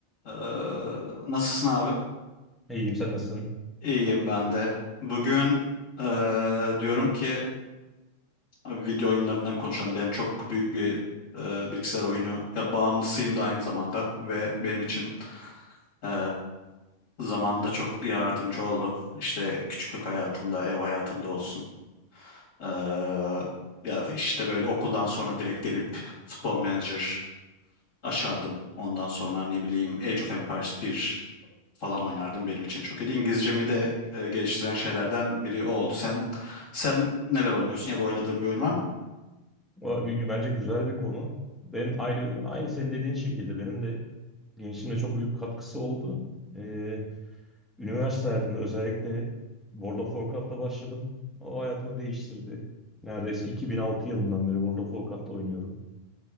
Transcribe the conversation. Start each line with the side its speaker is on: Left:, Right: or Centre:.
Left: Ee, nasılsın abi?
Centre: İyiyim sen nasılsın?
Left: İyiyim ben de. Bugün ee, diyorum ki abi video oyunlarından konuşalım. Ben çok büyük bir ee, bilgisayar oyunu ya, bağımlısıyım da aynı zamanda ve benim için ee, zamanında çok yardımcı oldu. İşte küçüklük hayatımda, ev hayatımda olsun. Ee, ya işte böyle okuldan sonra direkt gelip Futbol Manager açardım. Ondan sonra ne bileyim Age of Empires bir falan oynardım. Benim için çok iyiydi. İngilizcemi de e, geliştiren şeylerden biri o oldu. Sen sen neler oynuyorsun ya da oynadığın bir oyun var mı?
Centre: Va- Bence güzel bir konu. Benim aynı, aynı senin dediğin şekilde benim de gençliğimde çok büyük katkısı oldu. Ee, üniversite hayatımda özellikle World of Warcraft'ta başladım. O hayatımı değiştirdi. Neredeyse 2006 yılından beri World of Warcraft'ta oynuyorum.